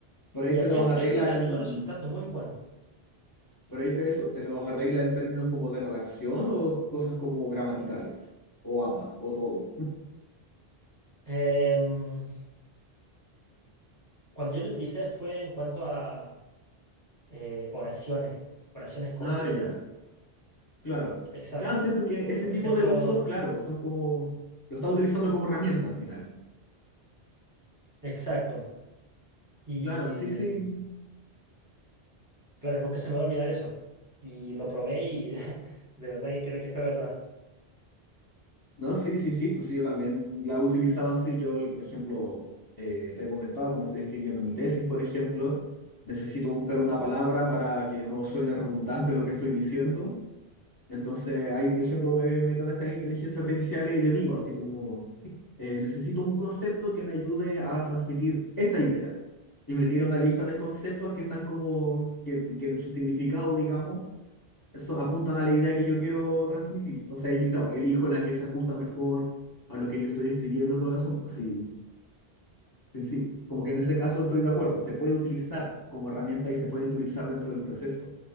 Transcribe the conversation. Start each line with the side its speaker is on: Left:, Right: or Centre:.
Left: Por ahí
Right: Y
Left: te
Right: así
Left: los
Right: el
Left: arregla
Right: texto terminó
Left: en,
Right: resultando muy bueno.
Left: por ahí te eso, te los arregla en términos como de redacción o cosas como gramaticales, o ambas, o todo.
Right: Em, cuando yo lo utilicé fue en cuanto a eh, oraciones, oraciones completas.
Left: Ah, ya. Claro.
Right: Exacto.
Left: Claro, siento que ese
Right: Por
Left: tipo
Right: ejemplo,
Left: de usos, claro, son como... Lo está utilizando como herramienta al final.
Right: exacto. Y
Left: Claro, sí, sí.
Right: claro, nunca se me va a olvidar eso. Y lo probé y <laughs> de, verdad que creo que fue verdad.
Left: No, sí, sí, sí, esto sí, yo también la he utilizado así. Yo, por ejemplo, eh, te he comentado cuando estoy escribiendo mi tesis, por ejemplo, necesito buscar una palabra para que no suene redundante lo que estoy diciendo. Entonces ahí, por ejemplo, me meto en estas inteligencias artificiales y le digo así como, eh, necesito un concepto que me ayude a transmitir esta idea. Y me tira una lista de conceptos que están como, que, que en su significado, digamos, eso, apuntan a la idea que yo quiero transmitir. Entonces ahí yo, claro, elijo la que se ajusta mejor a lo que yo estoy escribiendo, todo el asunto. Sí, Sí, sí, como que en ese caso estoy de acuerdo, se puede utilizar como herramienta y se puede utilizar dentro del proceso.